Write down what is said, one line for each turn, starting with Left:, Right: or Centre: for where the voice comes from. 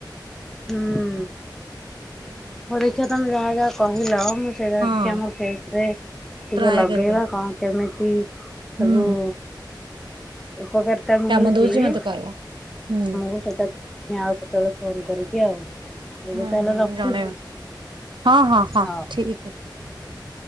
Centre: ହୁଁ।
Right: ଏଇଆ ଆଉ
Centre: ହଉ ଦେଖିଆ ତମେ ଯାହା ଯାହା କହିଲ ମୁଁ ସେଇରା
Right: ହଁ
Centre: ଟିକେ ଆମ ଫେସ ରେ ଟିକେ
Right: ଟ୍ରାଏ
Centre: ଲଗେଇବା
Right: କରିବ
Centre: କଣ କେମିତି? ବି
Right: ହୁଁ
Centre: ତାକୁ ଉପକରିତା ମିଳୁଛି
Right: କାମ ଦଉଛି ମତେ କହିବ। ହୁଁ
Centre: ମୁ ସେଟା ପୁଣି ଆଉ କେତବେଳେ‌ ଫୋନ କରିକି ଆଉ ଏବେ
Right: ହୁଁ
Centre: ତାହେଲେ
Right: ହୁଁ
Centre: ରଖୁଛି।
Right: ଜଣେଇବ ହଁ ହଁ ହଁ
Centre: ହଉ।
Right: ଠିକ ଅଛି।